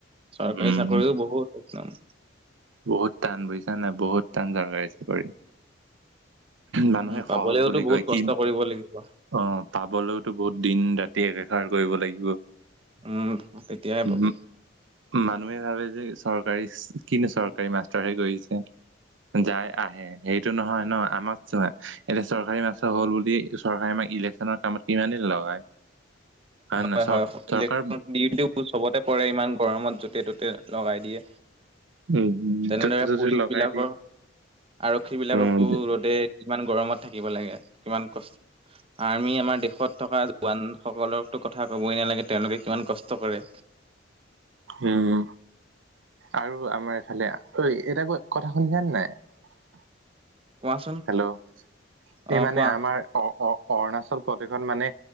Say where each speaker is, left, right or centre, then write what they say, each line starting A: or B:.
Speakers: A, on the right; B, on the right.
A: চৰকাৰী
B: উম
A: চাকৰিও বহুত একম
B: বহুত টান বুজছ নাই, বহুত টান চৰকাৰী চাকৰিত। মানুহে
A: উম পাবলেওতো
B: সহজ বুলি
A: বহুত
B: কয়
A: কষ্ট
B: কি
A: কৰিব লাগিব
B: অ পাবলৈওতো বহুত দিন ৰাতি টিকেকাৰ কৰিব লাগিব।
A: উম তেতিয়াহে
B: উ
A: পাব
B: মানুহে ভাবে যে চৰকাৰী কিনো চৰকাৰী মাষ্টৰ হে কৰিছে যাই আহে সেইটো নহয় ন আমাক চোৱা এতিয়া চৰকাৰী মাষ্টৰ হ'ল বুলি চৰকাৰে আমাক ইলেকশচনৰ কামত কিমান দিন লগাই হয়
A: হয়-হয়
B: নে নহয় চৰ চৰকাৰ
A: ইলে্কচন ডিউটিও চবতে পৰে ইমান গৰমত যতে ততে লগাই দিয়ে।
B: উম,
A: তেনেদৰে
B: য'তে ত'তে
A: পুলিচবিলাকৰ
B: লগাই দিয়ে
A: আৰক্ষী বিলাককো
B: উম,
A: ৰদে কিমান গৰমত থাকিব লাগে কিমান কষ্ট আৰ্মি আমাৰ দেশত থকা জোৱানসকলক কথা ক'বই নালাগে তেওঁলোকে কিমান কষ্ট কৰে।
B: উম আৰু আমাৰ এইফালে অ এইকেইটা ক'ত কথা শুনিছে নে নাই
A: কোৱাচোন
B: হেল্ল' <inaudible>
A: অ
B: এই মানে
A: কোৱা
B: আমাৰ অ <unintelligible> অ অৰুণাচল প্ৰদেশত মানে